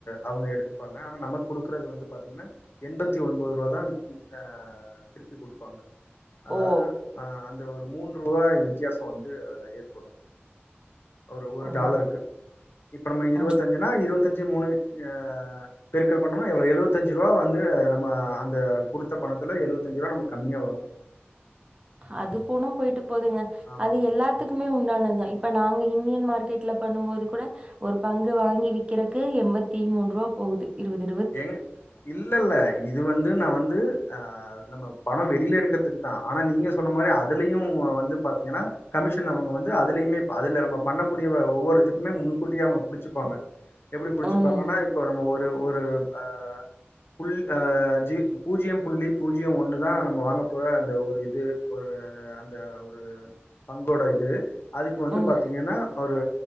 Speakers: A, on the left; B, on the right.
A: அவங்க எடுத்துப்பாங்க ஆனா நமக்கு குடுகாறது வந்து பாத்திங்ன்னா எண்பத்தி ஒம்போது ருவா தா அ திருப்பி குடுப்பாங்க அதாவ்து
B: ஓ
A: அ அந்த ஒரு மூன்று ருவாய் வித்தியாசோ வந்து அதுல ஏற்படு ஒரு ஒரு
B: ஓ
A: டாலருக்கு இப்ப நம்ம இருவத்தஞ்சுனா
B: ஆ.
A: இருவத்தஞ்சு மூணு அ பெருக்க்கள் பண்ணோமா எவ்ளோ எழுவத்தஞ்சு ருவா வந்து நம்ம அந்த குடுத்த பணத்துல எழுவத்தஞ்சு ருவா நமக்கு கம்மியா வரு
B: அது போனா பொய்ட்டு போதுங்க
A: ஆமாங்க
B: அது எல்லா த்துக்குமே உண்டானதுதா இப்ப நாங்க இன்டியன் மார்க்கெட்ல பண்ணு போது கூட ஒரு பங்கு வாங்கி விக்கிறக்கு எண்பத்தி மூன்ருவா போவுது இருவது
A: எங்க இல்ல இல்ல இது வந்து நா வந்து அ நம்ம பணோ வெளியில எடுக்றதுக்குதா ஆனா நீங்க சொன்ன மாதிரி அதுலயு வந்து பாத்திங்ன்னா கமிஷன் அவுங்க வந்து அதுலியுமே அதில நம்ம பண்ணக்கூடிய ஒவ்வொரு இதுக்குமே முன்கூட்டியே அவுங்க புடிச்சிப்பாங்க எப்டி புடிச்சுப்பாங்கன்னா
B: ம்
A: இப்போ நம்ம ஒரு ஒரு அ புல் அ ஜி பூஜ்ஜியம் புள்ளி பூஜ்ஜியம் ஒன்னு தா நம்ம வாங்க போற அந்த ஒரு இது ஒரு அந்த ஒரு பங்கோட இது அதுக்கு வந்து
B: ம்
A: பாத்திங்கன்னா ஒரு